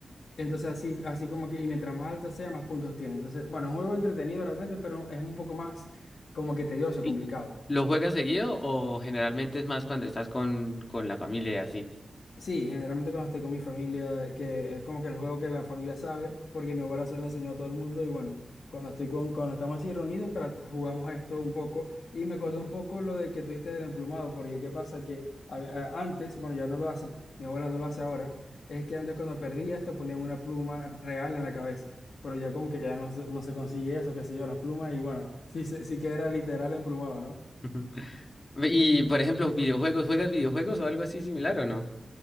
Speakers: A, on the left (about 75°); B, on the left (about 45°).
A: Entonces así, así como que, y mientras más alta sea, más puntos tiene. Entonces, bueno, es un juego entretenido realmente, pero es un poco más como que tedioso,
B: ¿Y
A: complicado.
B: ¿Lo juegas seguido o generalmente es más cuando estás con, con la familia y así?
A: Sí, generalmente cuando estoy con mi familia, que es como que el juego que la familia sabe, porque mi abuela se lo enseñó a todo el mundo y bueno, cuando estoy con, cuando estamos así reunidos, tra- jugamos esto un poco y me acordó un poco lo de que tuviste del emplumado, porque qué pasa que a ve- a- antes, bueno, ya no lo hacen, mi abuela no lo hace ahora, es que antes cuando perdías te ponían una pluma real en la cabeza, pero ya como que ya no se, no se consigue eso, qué sé yo, las plumas y bueno, sí, se- sí que era literal emplumado, ¿no?
B: <laughs> Y, por ejemplo, videojuegos, ¿juegas videojuegos o algo así similar o no?